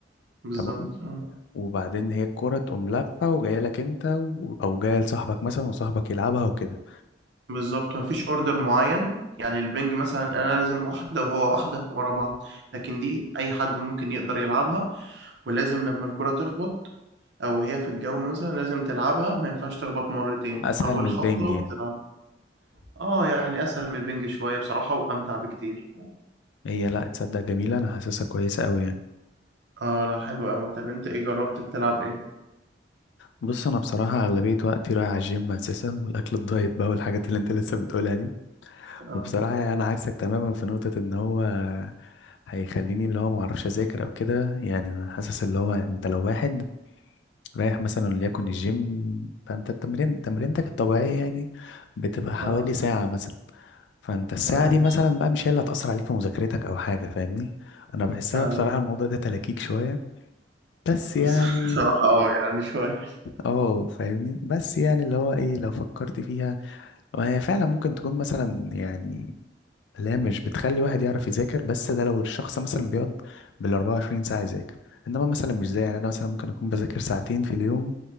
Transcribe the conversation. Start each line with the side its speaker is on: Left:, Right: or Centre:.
Right: بالظبط
Left: تمام
Right: آه.
Left: وبعدين هي الكرة تقوم لافة وجاية لك انت و... او جاية لصاحبك مثلا وصاحبك يلعبها وكده
Right: بالظبط مفيش اوردر معين يعني البينج مثلا انا لازم واحدة وهو واحدة ورا بعض لكن دي اي حد ممكن يقدر يلعبها ولازم لمّا الكرة تخبط أو هي في الجو مثلًا لازم تلعبها ما ينفعش تخبط مرتين،
Left: اسهل
Right: أول
Left: من البنج
Right: خبطة
Left: يعني
Right: بتلعبها آه، يعني أسهل من البِنْج شوية بصراحة وأمتع بكتير.
Left: هي لا تصدق جميلة انا حاسسها كويسة قوي يعني
Right: آه، لأ حلو أوي. طَب أنت إيه جرّبت تلعب إيه؟
Left: بص انا بصراحه اغلبيه وقتي رايح على الجيم اساسا والاكل الدايت بقى والحاجات اللي انت لسه بتقولها دي
Right: آه،
Left: وبصراحه يعني انا عايزك تماما في نقطه ان هو هيخليني اللي هو ما اعرفش اذاكر او كده يعني انا حاسس اللي هو انت لو واحد رايح مثلا وليكن الجيم فانت التمرين تمرينتك الطبيعيه يعني بتبقى حوالي
Right: آه،
Left: ساعه مثلا فانت الساعه
Right: تمام،
Left: دي مثلا بقى مش هي اللي هتاثر عليك في مذاكرتك او حاجه فاهمني انا بحسها
Right: آه.
Left: بصراحه الموضوع ده تلكيك شويه بس
Right: بص
Left: يعني
Right: <laughs> بصراحة آه، يعني شوية.
Left: اه فاهمني بس يعني اللي هو ايه لو فكرت فيها وهي فعلا ممكن تكون مثلا يعني لا مش بتخلي واحد يعرف يذاكر بس ده لو الشخص مثلا بيقعد بال 24 ساعة يذاكر انما مثلا مش زي يعني انا مثلا ممكن اكون بذاكر ساعتين في اليوم